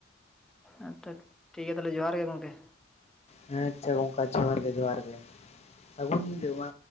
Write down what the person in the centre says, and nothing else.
ᱦᱮᱸ ᱴᱚᱴ ᱴᱷᱤᱠ ᱜᱮᱭᱟ ᱛᱟᱦᱚᱞᱮ ᱡᱚᱸᱦᱟᱨ ᱜᱮ ᱜᱚᱝᱠᱮ᱾